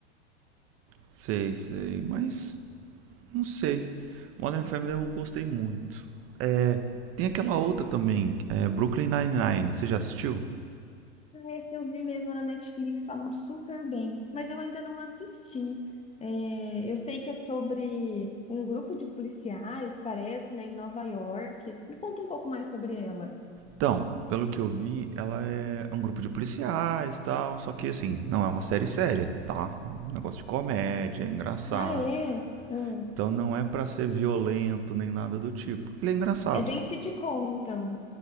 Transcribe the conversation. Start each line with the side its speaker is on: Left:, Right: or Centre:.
Right: Sei, sei, mas não sei. Modern Family eu gostei muito. É, tem aquela outra também, é Brooklyn Nine-Nine, você já assistiu?
Left: Esse eu vi mesmo na Netflix, falam super bem, mas eu ainda não assisti. É, eu sei que é sobre um grupo de policiais, parece, né, em Nova York. Me conta um pouco mais sobre ela.
Right: Então, pelo que eu vi, ela é um grupo de policiais e tal, só que assim, não é uma série séria, tá? É um negócio de comédia, é engraçado.
Left: Ah, é? Hum.
Right: Então não é pra ser violento nem nada do tipo. Ele é engraçado.
Left: É bem sitcom, então.